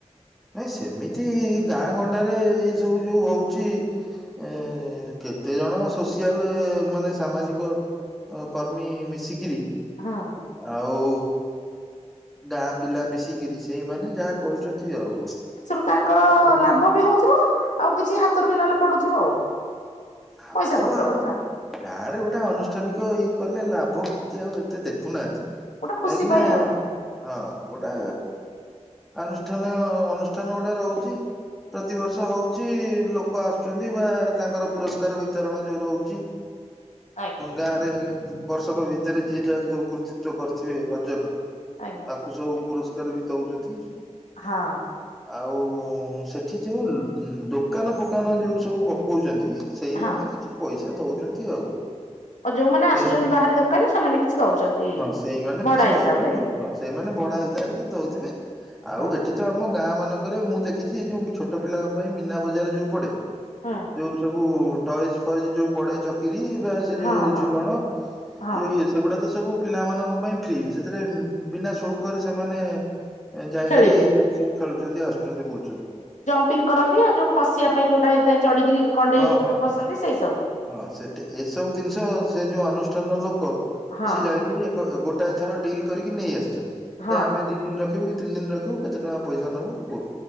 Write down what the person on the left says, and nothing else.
ହଁ।
ଏଥିରୁ ତାଙ୍କର
ଲାଭ ବି ହଉଥିବ ଆଉ କିଛି ହାତରୁ ବି ନହେଲେ ପଡୁଥିବ ଆଉ।
ପଇସା ପତ୍ର
କଥା
ଗୋଟେ ଖୁସି
ପାଇଁ ଆଉ
ଆଜ୍ଞା
ଆଜ୍ଞା।
ହଁ।
ହଁ।
ଆଉ ଯୋଉମାନେ
ଆସୁଛନ୍ତି ବାହାରି ଦୋକାନ ସେମାନେ କିଛି ଦଉଛନ୍ତି
ମଡା
ହିସାବ ରେ।
ହଁ
ହୁଁ
ହଁ ହଁ
ହଁ
ଖେଳିବେ।
ଜମ୍ପିଂ କରନ୍ତି ଆଉ ଖସିବା ପାଇଁ ଯୋଉଟା ହେଇଥାଏ ଚଢିକିରି କଣ୍ଢେଇ
ଉପରୁ
ଯୋଉ ଖସନ୍ତି
ସେଇ ସବୁ।
ହଁ
ହଁ